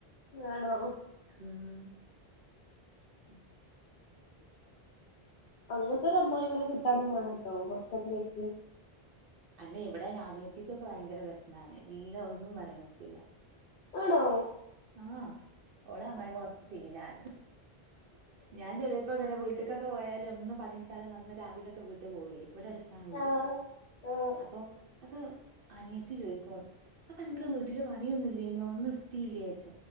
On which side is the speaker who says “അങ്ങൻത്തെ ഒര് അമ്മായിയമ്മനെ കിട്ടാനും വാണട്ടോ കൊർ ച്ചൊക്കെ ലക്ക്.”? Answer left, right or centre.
Left